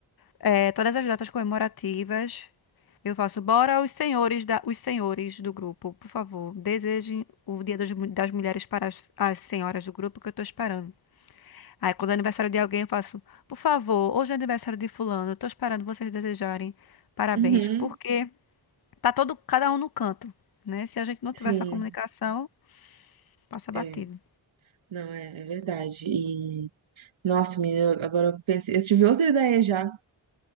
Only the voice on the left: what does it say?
eh, todas as datas comemorativas. Eu faço, bora os senhores da, os senhores do grupo, por favor, desejem o Dia das, Mu- das Mulheres para as, as senhoras do grupo que eu tô esperando. Aí quando é aniversário de alguém, eu faço, por favor, hoje é aniversário de fulano, eu tô esperando vocês desejarem parabéns,
porque tá todo cada um no canto, né? Se a gente não tiver
essa comunicação, passa batido.